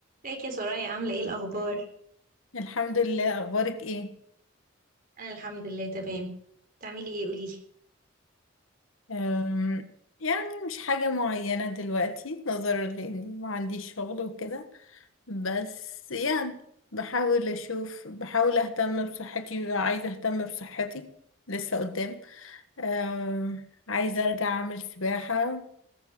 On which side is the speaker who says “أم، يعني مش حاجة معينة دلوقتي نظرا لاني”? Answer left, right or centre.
Left